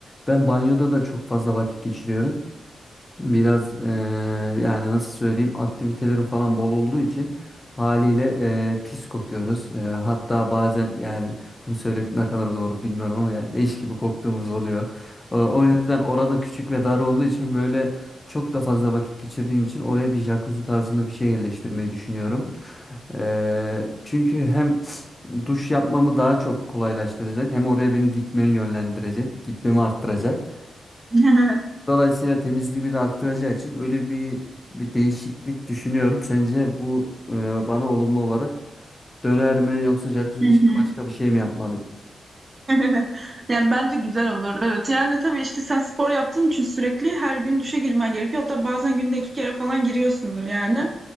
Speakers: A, on the left; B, on the right.
A: ben banyoda da çok fazla vakit geçiriyorum. Biraz eee, yani nasıl söyleyeyim aktivitelerin falan bol olduğu için haliyle eee, pis kokuyoruz. Eee, hatta bazen yani bunu söylemek ne kadar doğru bilmiyorum ama yani leş gibi koktuğumuz oluyor. O, o yüzden orada küçük ve dar olduğu için böyle çok da fazla vakit geçirdiğim için oraya bir jacuzzi tarzında bir şey yerleştirmeyi düşünüyorum. Eee, çünkü hem duş yapmamı daha çok kolaylaştıracak hem oraya beni gitmeyi yönlendirecek, gitmemi arttıracak.
B: <laughs> Hı
A: Dolayısıyla temizliğimi de arttıracağı için öyle bir bir değişiklik düşünüyorum. Sence bu e, bana olumlu olarak döner mi yoksa jacuzzi
B: hı.
A: dışında başka bir şey mi yapmalıyım?
B: <laughs> Yani bence güzel olur. Evet. Yani tabii işte sen spor yaptığın için sürekli her gün duşa girmen gerekiyor. Hatta bazen günde iki kere falan giriyorsundur yani.